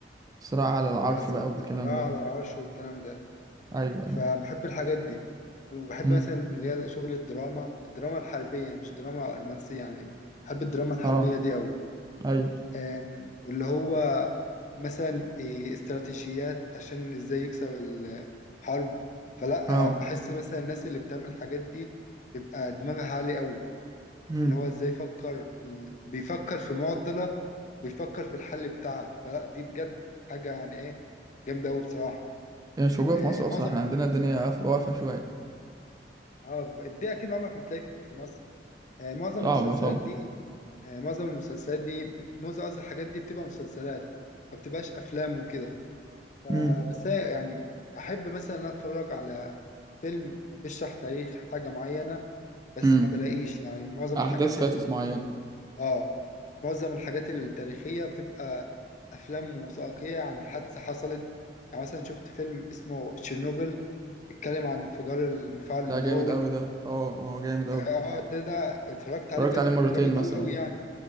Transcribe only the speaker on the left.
بيبقى س-
صراع
على العرش والكلام ده
فبحب
الحاجات دي وبحب
مثلا اللي هي شغل الدراما الدراما الحربية مش دراما رومانسية يعني بحب الدراما الحربية
دي أوي
آم، واللي هو مثلا إيه، استراتيجيات عشان ازاي يكسب الحرب فلا
آم، بحس مثلا الناس اللي بتعمل الحاجات دي بيبقى دماغها عالي قوي
اللي هو ازاي يفكر ال- بيفكر في معضلة بيفكر في الحل بتاعها فلا دي بجد حاجة يعني ايه جامدة قوي بصراحة
آه،
معظم
الح...
اه دي اكيد عمرك ما تلاقي في في مصر آه، معظم
المسلسلات
دي آه، معظم المسلسلات دي بت- معظم قصدي الحاجات دي بتبقى مسلسلات ما بتبقاش افلام وكده ف-
بس هي يعني احب مثلا ان أنا اتفرج على فيلم بيشرح تاريخ حاجه معينه بس
ما بلاقيش يعني معظم
الحاجات
اللي
بتبقى اه معظم الحاجات التاريخيه بتبقى افلام وثائقيه عن حادثه حصلت يعني مثلا شفت فيلم اسمه تشيرنوبل بيتكلم عن انفجار المفاعل النووي
اه ده ده اتفرجت
عليه بجد
جامد
قوي قوي يعني